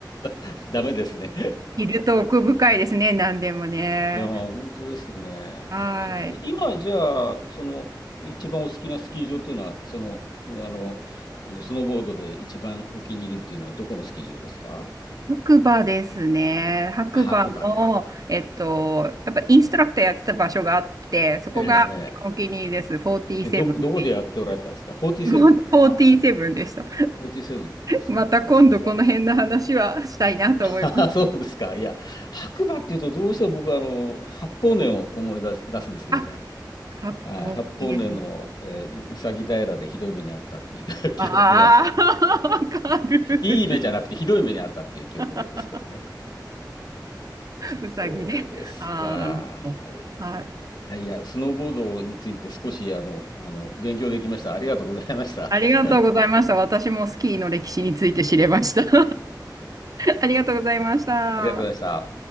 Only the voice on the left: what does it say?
<laughs> ダメですね。
いやー、本当ですね。
そうですね。今、じゃあ、その、一番お好きなスキー場っていうのは、その、あの、あのスノーボードで一番お気に入りっていうのは、どこのスキー場ですか
白馬です。
ええ、え
え。え、ど、どこでやっておられたんですか ?47。
ああ、フォーティーセブンそうですか。
<laughs> そうですか。いや、白馬っていうと、どうしても僕は、あの、八方根を思い出す、出すんですけどね。
はい、八方根の、えーうさぎ平でひどい目にあったっていう
<laughs> 記憶が
いい目じゃなくてひどい目にあったっていう記憶なんですけどね。
そうですか。
はい
いやいや、スノーボードについて少しあの、あの、勉強できました。ありがとうございました。
<laughs>
ありがとうございました。